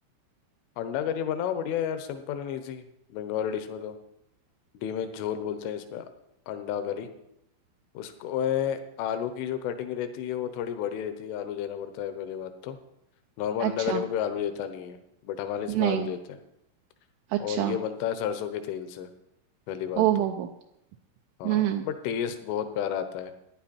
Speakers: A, on the left (about 80°); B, on the right (about 80°).
A: अंडा करी बनाओ बढ़िया यार simple and easy Bengali dish में तो डी में झोल बोलते हैं इसमें अंडा करी उसको ए, आलू की जो कटिंग रहती है वो थोड़ी बड़ी रहती है आलू देना पड़ता है पहली बात तो नॉर्मल
B: अच्छा,
A: अंडा करी में कोई आलू देता नहीं है बट हमारे इसमें
B: नहीं,
A: आलू देते हैं
B: अच्छा,
A: और ये बनता है सरसों के तेल से पहली बात
B: ओ
A: तो
B: हो हो,
A: हाँ
B: हुँ, हुँ,
A: बट टेस्ट बहुत प्यारा आता है